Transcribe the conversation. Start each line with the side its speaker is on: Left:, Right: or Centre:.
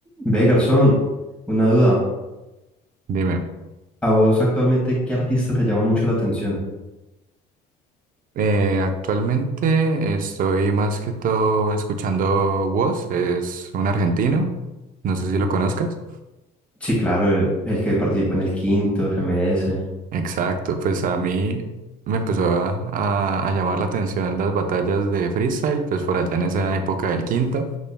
Centre: Ve, garzón, una duda.
Right: Dime,
Centre: ¿A vos actualmente qué artista te llama mucho la atención?
Right: eh, actualmente estoy más que todo escuchando Woz, es un argentino, no sé si lo conozcas.
Centre: Sí, claro, el, el que participó en el quinto, FMS.
Right: Exacto, pues a mí me empezó a, a- a llamar la atención las batallas de freestyle, pues por allá en esa época del quinto,